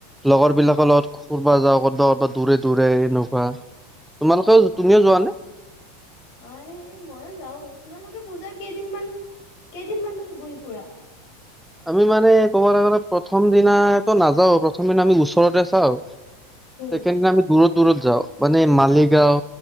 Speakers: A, in the centre; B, on the left.
A: লগৰ বিলাকৰ লগত কবা যাওঁ কৰ'বা ক'ব দূৰে দূৰে নোহোৱা তোমালোকে
B: হয়
A: তুমিও যোৱা নে
B: হয় মইয়ো যাও তোমালোকে পূজাৰ কেইদিনান কেইদিন মান মানে ঘূৰি ফুৰা
A: আমি মানে ক'বলৈ গ'লে প্ৰথম দিনাটো নাযাও প্ৰথম দিনা আমি ওচৰতে চাও
B: উম
A: সেইকাৰে আমি দূৰত দূৰত যাওঁ মানে মালিগাঁও